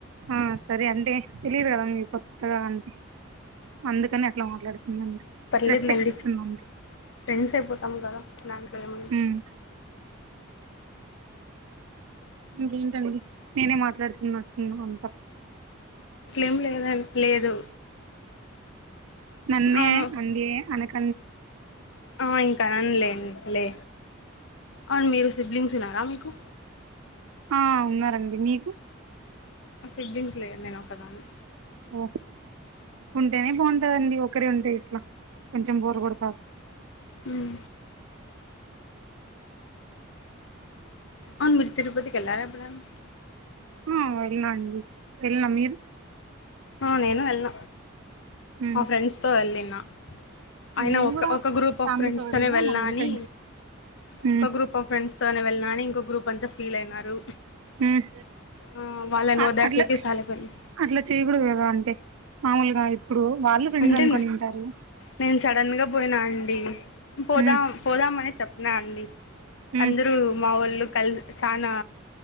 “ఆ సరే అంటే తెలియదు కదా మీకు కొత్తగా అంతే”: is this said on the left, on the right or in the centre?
Right